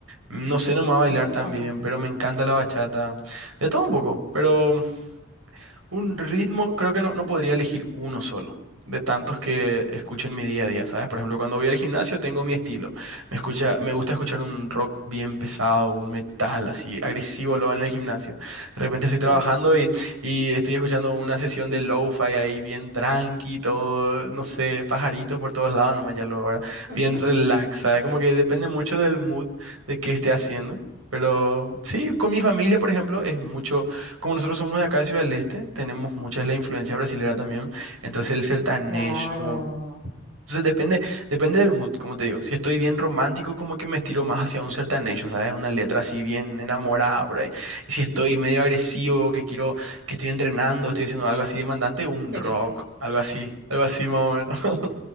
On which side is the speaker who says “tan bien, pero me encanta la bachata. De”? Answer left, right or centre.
Right